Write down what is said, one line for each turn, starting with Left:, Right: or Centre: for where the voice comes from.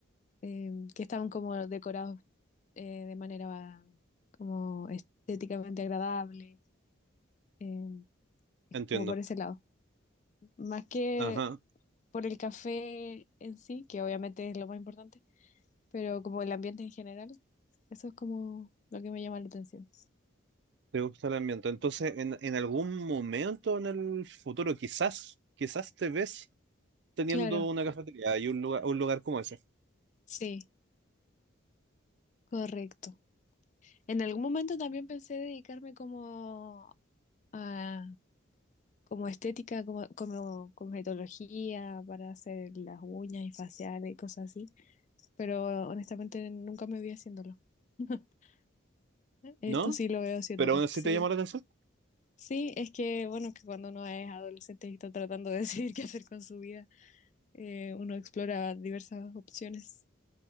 Left: eh, que están como decorados eh, de manera como estéticamente agradable, eh,
Right: Entiendo.
Left: como por ese lado. más que
Right: Ajá,
Left: por el café en sí, que obviamente es lo más importante, pero como el ambiente en general, eso es como lo que me llama la atención.
Right: Te gusta el ambiente. Entonces, en, en algún momento en el futuro, quizás, quizás te ves teniendo
Left: Claro,
Right: una cafetería y un lugar, un lugar como ese,
Left: sí, correcto. En algún momento también pensé dedicarme como a como estética, como, como cosmetología para hacer las uñas y faciales y cosas así, pero honestamente nunca me vi haciéndolo. <laughs> Esto
Right: ¿no?
Left: sí lo veo haciéndolo,
Right: Pero aún así
Left: sí.
Right: te llama la atención.
Left: Sí, es que bueno, que cuando uno es adolescente y está tratando de <laughs> decidir qué hacer con su vida, eh, uno explora diversas opciones.